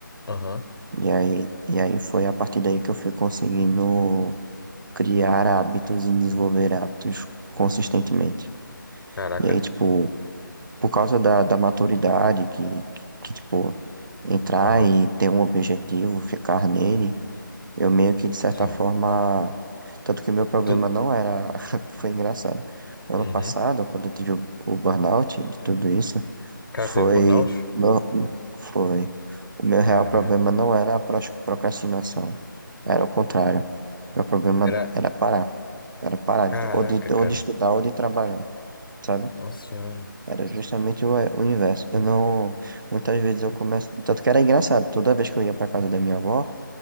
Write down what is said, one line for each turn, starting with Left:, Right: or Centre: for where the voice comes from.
Left: Aham,
Right: e aí, e aí foi a partir daí que eu fui conseguindo criar hábitos e desenvolver hábitos consistentemente.
Left: caraca.
Right: E aí, tipo, por causa da, da maturidade, que, que, que, tipo, entrar
Left: Aham,
Right: e ter um objetivo, ficar nele, eu meio que, de certa
Left: sim.
Right: forma, tanto que o meu problema
Left: Tu...
Right: não era, <laughs> foi engraçado. Ano
Left: Uhum.
Right: passado, quando eu tive o, o burnout de tudo isso,
Left: Cara,
Right: Foi,
Left: você viu burnout?
Right: no- foi. O meu
Left: Caralho.
Right: real problema não era a pros- procrastinação, era o contrário. Meu problema
Left: Era...
Right: era parar. Era parar
Left: Caraca,
Right: de, ou de,
Left: cara.
Right: ou de estudar ou de trabalhar, sabe?
Left: Nossa senhora.
Right: Era justamente o, o inverso. Eu não. Muitas vezes eu começo. Tanto que era engraçado. Toda vez que eu ia pra casa da minha avó,